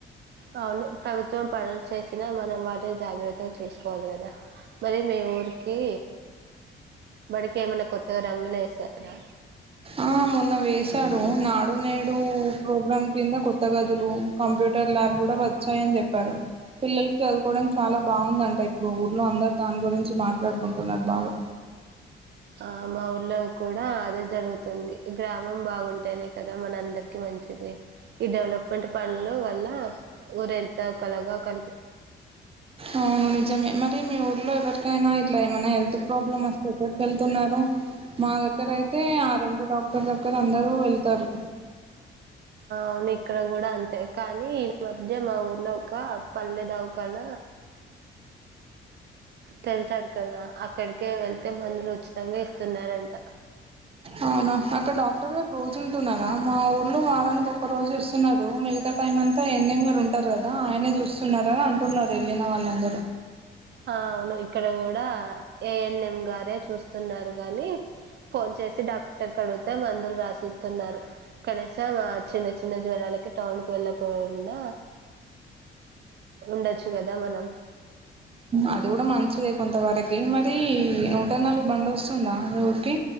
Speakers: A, on the right (about 60°); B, on the right (about 30°).
A: ఆ అవును ప్రభుత్వం పనులు చేసినా మనం వాటిని జాగ్రత్తగ చూసుకోవాలి కదా మరి మీ ఊరికి బడికి ఏమన్నా కొత్తగా రంగులు ఎసారా
B: ఆ మొన్న వేశారు నాడు నేడు ప్రోగ్రామ్ కింద కొత్త గదులు కంప్యూటర్ ల్యాబ్ కూడా వచ్చాయని చెప్పారు పిల్లలకి చదువుకోవడానికి చాలా బావుందంట ఇప్పుడు ఊర్లో అందరు దాని గురించి మాట్లాడుకుంటున్నారు బాగా
A: ఆ మా ఊర్లో కూడా అదే జరుగుతుంది గ్రామం బాగుంటేనే కదా మనందరికి మంచిది ఈ డెవలప్మెంట్ పనులు వల్ల ఊరంతా కలగా క
B: అవును నిజమే మరి మీ ఊర్లో ఎవరికైనా ఇట్లా ఏమైనా హెల్త్ ప్రాబ్లమ్ వస్తాయ్ కద వెళ్తున్నారు మా దగ్గర అయితే ఆ రెండు డాక్టర్ దగ్గర అందరూ వెళ్తారు
A: అవునే ఇక్కడ కూడా అంతే కానీ ఈ మధ్య మా ఊర్లో ఒక పల్లె దవకాన తెరిచారు కదా అక్కడికే వెళ్తే మందులు ఉచితంగా ఇస్తున్నారంట
B: అవునా అక్కడ డాక్టర్ గారు రోజు ఉంటున్నారా మా ఊ ర్లో వారానికి ఒక రోజు వస్తున్నారు మిగతా టైమ్ అంతా ఎన్ఎం గారు ఉంటారు కదా ఆయనే జూస్ స్సున్నారని అంటున్నారు వెళ్ళిన వాళ్ళందరూ
A: ఆ అవును ఇక్కడ కూడా ఏఎన్ఎం గారే చూస్ న్నారు గాని ఫోన్ చేసి డాక్టర్ కి అడిగితే మందులు రాసిస్ తున్నారు కనీసం చిన్న చిన్న జ్వరాలకి టౌన్ కి వెళ్ళకోకుండా ఉండొచ్చు కదా మనం
B: అది కూడా మంచిదే కొంత వరకి మరి నూట నాలుగు బండి వస్తుందా మీ ఊరికి